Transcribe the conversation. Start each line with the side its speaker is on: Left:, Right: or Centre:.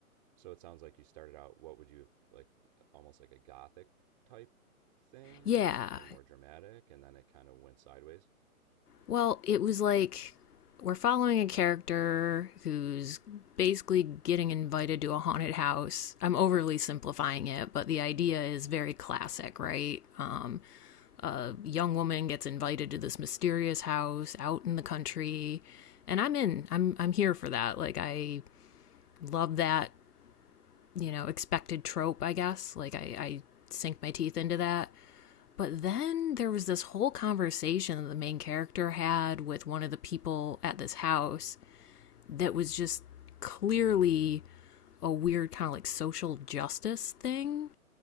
Right: So it sounds like you started out, what would you like, almost like a gothic type thing
Left: Yeah.
Right: or something more dramatic and then it kind of went sideways?
Left: Well, it was like we're following a character who's basically getting invited to a haunted house. I'm overly simplifying it, but the idea
Right: Sure.
Left: is very classic, right? Um, a young woman gets invited to this mysterious house out in the country and i'm in i'm i'm here for that like i love that you know expected trope i guess like i i sink my teeth into that but then there was this whole conversation that the main character had with one of the people at this house that was just clearly a weird kind of like social justice thing